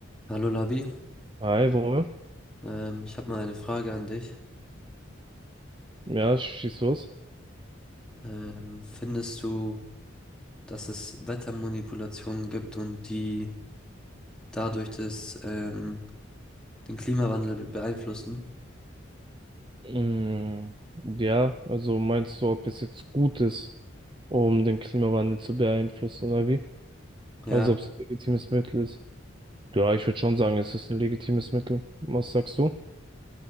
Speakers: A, in the centre; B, on the right.
A: Hallo Labi,
B: Hi, Romeo.
A: ähm, ich habe mal eine Frage an dich.
B: Ja, schieß los.
A: Ähm, findest du, dass es Wettermanipulationen gibt und die dadurch das, ähm, den Klimawandel be- beeinflussen?
B: Mm, ja, also meinst du, ob es jetzt gut ist, um den Klimawandel zu beeinflussen oder wie?
A: Ja,
B: Also ob es ein legitimes Mittel ist? Ja, ich würde schon sagen, es ist ein legitimes Mittel. Was sagst du?